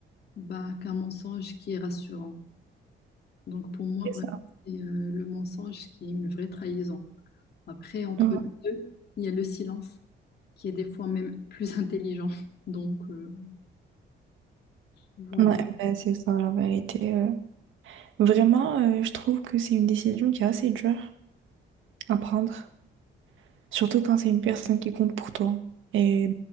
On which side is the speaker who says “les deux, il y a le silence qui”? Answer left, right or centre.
Left